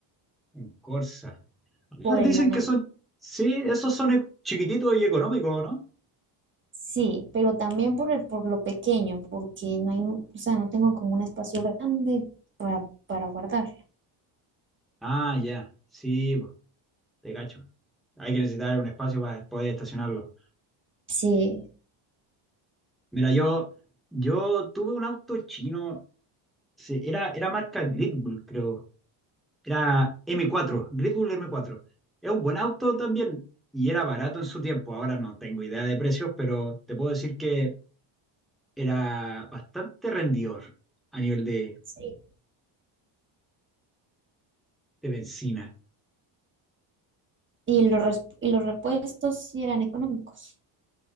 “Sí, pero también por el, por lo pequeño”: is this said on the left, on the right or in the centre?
Right